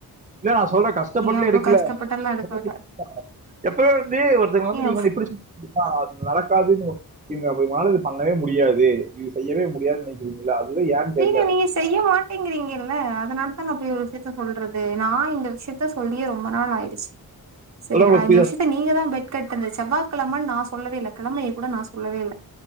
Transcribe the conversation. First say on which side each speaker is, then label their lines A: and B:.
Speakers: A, on the right (about 20°); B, on the right (about 45°).
A: இல்ல நா சொல்றே கஷ்டப்பட்டுலா
B: நீங்க அவ்ளோ
A: எடுக்கல
B: கஷ்டப்பட்டெல்லா எடுக்க
A: <unintelligible>
B: வேண்டா
A: எப்பயோ வந்து ஒருத்தரவங்கள வந்து
B: ஏங்க
A: நீங்க வந்து இப்டி அ அது நடக்காதுன்னு இவங்கனாலது பண்ணவே முடியாது இது செய்யவே முடியாது நினை இல்ல அதுதா ஏன்னு தெர்ல
B: ஏங்க
A: எனக்கு
B: நீங்க செய்ய மாட்டேங்கிறீங்கல்ல அதனால தா போய் ஒரு என்னத்த சொல்றது நான இந்த விஷயத்த சொல்லியே ரொம்ப நாள் ஆயிடுச்சு சரிங்களா
A: சொல்ல உங்களுக்கு புரியுதா
B: இந்த விஷயத் நீங்க தா பெட் கட்டினது செவ்வாய் கிழமன்னு நா சொல்லவே இல்ல கிழமைய கூடா நா சொல்லவே இல்ல